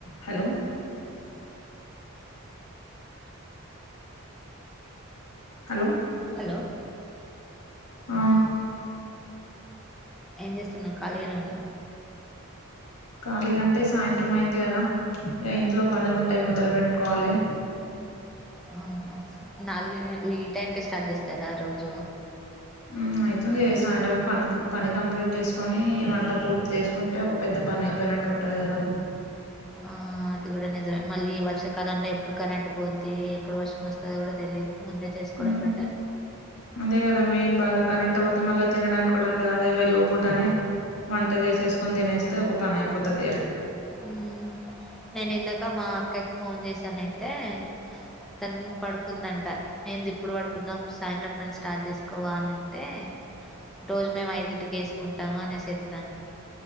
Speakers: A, on the left; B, in the centre.
A: Hello hello
B: hello
A: ఆ
B: ఏం చేస్తున్నా ఖాళీగానేవునావు
A: ఖాళీ గా అంటే సాయంత్రం అయింది కదా ఇగ ఇంట్లో పనులు ఉంటాయి మొదలు పెట్టుకోవాలి
B: ఆహా నాలుగు ఈ టైంకే స్టార్ట్ చేస్తారా రోజు
A: ఆ అవుతుంది చేస్తా అంట పనికి పని కంప్లీట్ చేసుకోని వంట పూర్తి చేసుకుంటే ఒక పెద్ద పని అయిపోయిన నట్టు ఉంటది కదా
B: ఆ ఆ అది కూడా నిజమే మళ్ళీ ఈ వర్షాకాలంలో ఎప్పుడు కరెంట్ పోద్ది ఎప్పుడు వర్షం వస్తుందో కూడా తెలిదు ముందే చేసుకోవడం
A: మ్మ్
B: బెటర్
A: అదే మెయిన్ బాధ కరంట్ పోతే మళ్ళా తినడానికి కూడా ఉండది అదే వె లో పూటనే వంట చేసేసుకొని తినేస్తే ఒక పని అయిపోతుది ఇగ
B: మ్మ్ నేను ఇందాక మా అక్కకి ఫోన్ చేసాన అయితే తను పడుకుందంట నేంది ఇప్పుడు పడుకున్నా సాయంత్రం పని స్టార్ట్ చేసుకోవా అని అంటే రోజు మేము ఐదింటికి వేసుకుంటాము అనే చెప్తాము